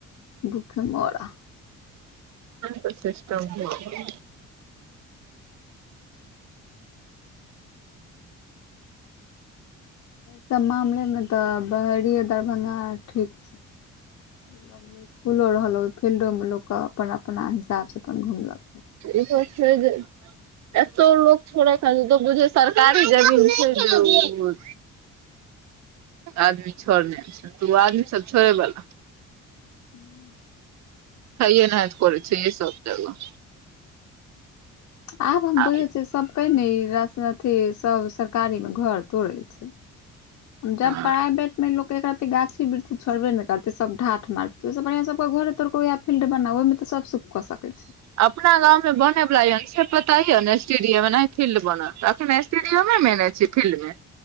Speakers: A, on the left; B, on the right.
A: भुखे मरऽ।
B: त सिस्टम भ गेलई।
A: त मामलेमे तऽ बहरीे दरभंगा ठीक छैय। लगमे स्कूलो रहल ओ फील्डोमे लोग के अपन अपना हिसाब सअपन घुमलक।
B: इहो छैय जे एतो लोक थोरे काल त बुझे सरकारी जमीन छैय न उ आदमी छोड़ने छै तू आदमी सब छोड़े वाला
A: ह्म्म।
B: हइये एनाहते करे छै ऐ सब जगह।
A: आब हम
B: आ
A: बुझे छियै सबके मे ई राश अथी सब सरकारी मे घर तोड़े छै। जब
B: हँ
A: प्राइवेट मे लोक एकरा गाछी वृक्षी छोड़बे ने करते सब ढाठ मारते अए स बढ़िया सब घर तोरह क वे ह फी्लड बनाउ ओई मे तऽ सब कऽ सकैय छै।
B: अपना गाँव मे बने बला य से पता य ने स्टेडियम अनाहि फील्ड बनत अखने स्टेडियमे मेने छी फील्ड मे